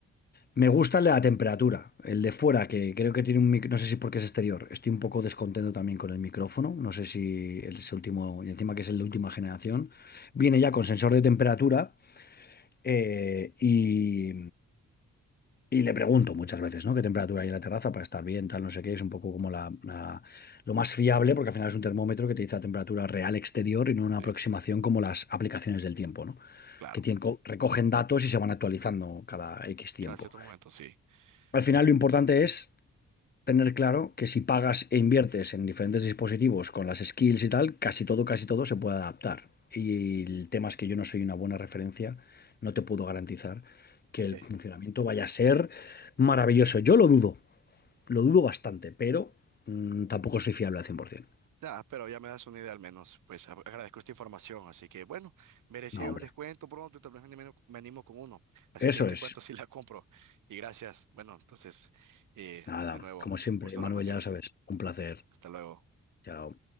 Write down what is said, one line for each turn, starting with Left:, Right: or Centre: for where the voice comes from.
Left: Me gusta el de la temperatura, el de fuera, que creo que tiene un mic- no sé si porque es exterior. Estoy un poco descontento también con el micrófono, no sé si el es último, y encima que es el de última generación. Viene ya con sensor de temperatura eh, y, Y le pregunto muchas veces, ¿no? ¿Qué temperatura hay en la terraza para estar bien, tal, no sé qué? Es un poco como la, la- lo más fiable, porque al final es un termómetro que te dice la temperatura real exterior y no una
Right: Sí,
Left: aproximación como las aplicaciones del tiempo, ¿no?
Right: claro.
Left: Que tienen co- recogen datos y se van actualizando cada X tiempo.
Right: Cada cierto momento, sí.
Left: Al final
Right: Sí.
Left: lo importante es tener claro que si pagas e inviertes en diferentes dispositivos con las skills y tal, casi todo, casi todo se puede adaptar. Y el tema es que yo no soy una buena referencia, no te puedo garantizar que
Right: Ok.
Left: el funcionamiento vaya a ser maravilloso. Yo lo dudo, lo dudo bastante, pero mm, tampoco soy fiable al 100%.
Right: Ya, pero ya me das una idea al menos. Pues a- agradezco esta información. Así que bueno, merecía
Left: No, hombre,
Right: un descuento pronto y tal vez me animo, me animo con uno. Así
Left: eso
Right: que ahí te
Left: es.
Right: cuento <laughs> si la compro. Y gracias. Bueno, entonces, eh,
Left: Nada,
Right: de nuevo,
Left: como siempre,
Right: gusto hablar
Left: Manuel,
Right: contigo.
Left: ya lo sabes, un placer.
Right: Hasta luego.
Left: Chao.